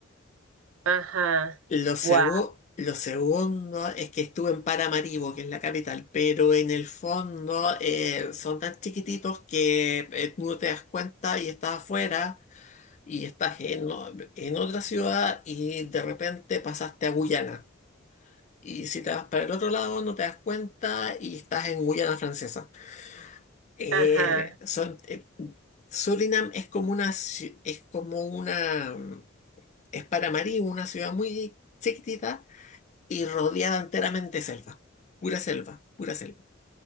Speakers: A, on the right (about 70°); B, on the left (about 35°).
A: Ajá,
B: Lo segu-
A: wow,
B: lo segundo es que estuve en Paramaribo, que es la capital, pero en el fondo eh, son tan chiquititos que eh, tú no te das cuenta y estás afuera y estás en, o- en otra ciudad y de repente pasaste a Guyana. Y si te vas para el otro lado no te das cuenta y estás en Guyana francesa. Eh,
A: ajá.
B: son, eh, Surinam es como una, ci- es como una, mm, es para Marí, una ciudad muy chiquitita y rodeada enteramente de selva, pura selva, pura selva.